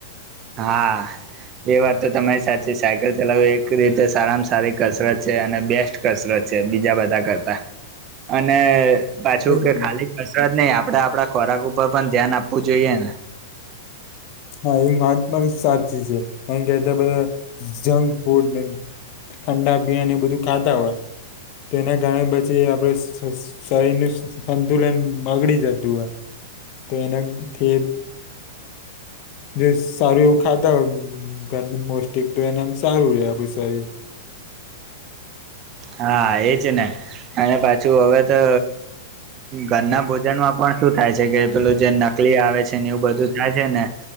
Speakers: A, on the right; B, on the left.
A: હા એ વાત તો તમારી સાચી સાયકલ ચલાવવી એક રીતે સારામાં સારી કસરત છે અને બેસ્ટ કસરત છે બીજા બધા કરતા અને પાછું
B: ને
A: કે ખાલી કસરત નઈ આપડે આપડા ખોરાક ઉપર પણ ધ્યાન આપવું જોઈએ ને.
B: હા એ વાત પણ સાચી છે કારણ કે અત્યારે બધા જંક ફૂડ ઠંડા બીયાન એ બધું ખાતા હોય તોના કારણે પછી આપડે શરીર નું સંતુલન બગડી જતું હોય તો એનાથી જો સારું એવું ખાતા હોય ઘરનું પોસ્ટિક તો એના સારું રે આપડું શરીર.
A: હા એજ ને અને પાછું હવે તો ઘરના ભોજન માં પણ શું થાય છે કે પેલું જે નકલી આવે છે ને એવું બધું થાય છે ને